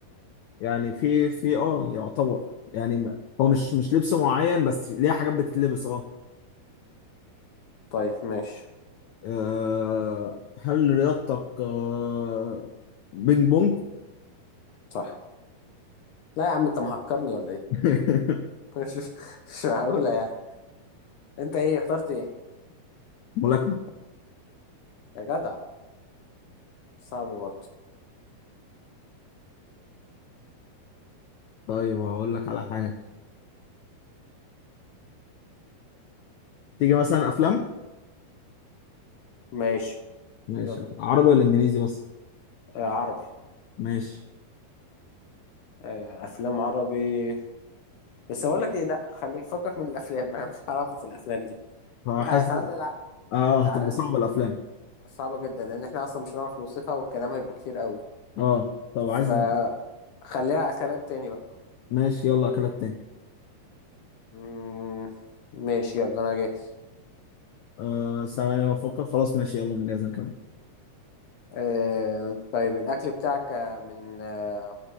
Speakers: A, on the left (about 85°); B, on the left (about 65°).
A: يعني في في اه يعتبر يعني ما- هو مش مش لبس معين بس ليه حاجات بتتلبس اه
B: طيب ماشي
A: آه، هل رياضتك آه، بينج بونج؟
B: صح لا يا عم انت مهكرني ولا ايه
A: <laughs>
B: <laughs> مش مش معقولة يعني انت ايه اخترت ايه
A: ملاكمة؟
B: يا جدع صعبة برضه
A: طيب هقول لك على حاجة تيجي مثلا أفلام؟
B: ماشي
A: ماشي
B: يلا
A: عربي ولا إنجليزي بس؟
B: آه عربي
A: ماشي
B: آه، افلام عربي بس اقول لك ايه لا خليك فكك من الافلام انا مش هعرفه في الافلام دي
A: فحاسس
B: آه تعالى نلعب
A: اه
B: تعالى
A: هتبقى صعبة
B: ن-
A: الأفلام
B: صعبه جدا لان احنا اصلا مش هنعرف نوصفها والكلام هيبقى كتير قوي
A: اه طب
B: فخليها
A: عايز
B: اكلات تاني بقى
A: ماشي يلا أكلات تاني
B: مم... ماشي يلا انا جاهز
A: آه ثواني أنا بفكر خلاص ماشي يلا أنا جاهز أنا كمان
B: آه... طيب الاكل بتاعك آه، من آه،